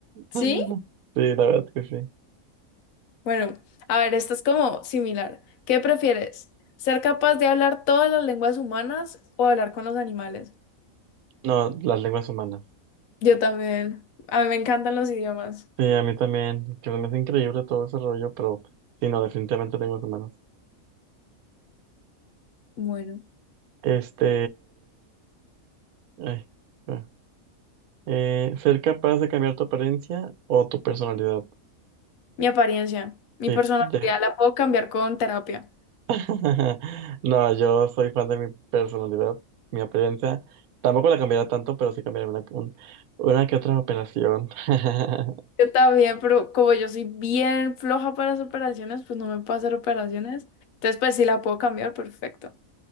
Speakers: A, on the left; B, on the right.
A: ¿Sí?
B: <laughs> Sí, la verdad que sí.
A: Bueno, a ver, esto es como similar. ¿Qué prefieres? ¿Ser capaz de hablar todas las lenguas humanas o hablar con los animales?
B: No, las lenguas humanas.
A: Yo también. A mí me encantan los idiomas.
B: Sí, a mí también, que se me hace increíble todo ese rollo, pero sí, no, definitivamente lenguas humanas.
A: Bueno.
B: Este, ay, ah. eh, ser capaz de cambiar tu apariencia o tu personalidad.
A: Mi apariencia, mi
B: Sí,
A: personalidad
B: de-
A: la puedo cambiar con terapia.
B: <laughs> No, yo soy fan de mi personalidad, mi apariencia. Tampoco la cambiaría tanto, pero sí cambiaría una, un- una que otra operación. <laughs>
A: Yo también, pero como yo soy bien floja para las operaciones, pues no me puedo hacer operaciones. Entonces, pues sí la puedo cambiar, perfecto.